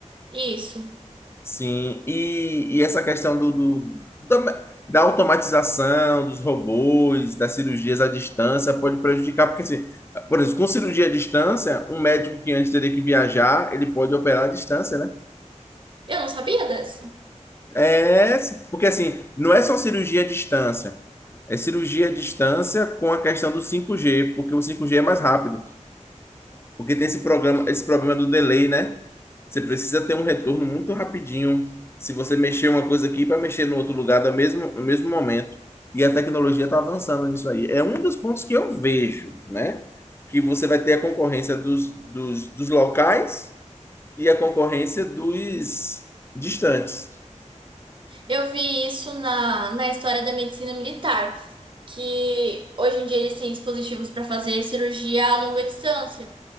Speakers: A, on the right (about 40°); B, on the left (about 20°).
A: Isso.
B: Sim, e, e essa questão do, do- da, da automatização dos robôs, das cirurgias à distância, pode prejudicar, porque, assim, por exemplo, com cirurgia à distância, um médico que antes teria que viajar, ele pode operar à distância, né?
A: Eu não sabia dessa.
B: É, porque assim, não é só cirurgia à distância. É cirurgia à distância com a questão do 5G, porque o 5G é mais rápido, porque tem esse programa, esse problema do delay, né? Você precisa ter um retorno muito rapidinho. Se você mexer uma coisa aqui para mexer no outro lugar no mesmo, no mesmo momento. E a tecnologia está avançando nisso aí. É um dos pontos que eu vejo, né? Que você vai ter a concorrência dos, dos, dos locais e a concorrência dos distantes.
A: Eu vi isso na, na história da medicina militar, que hoje em dia eles têm dispositivos para fazer cirurgia a longa distância.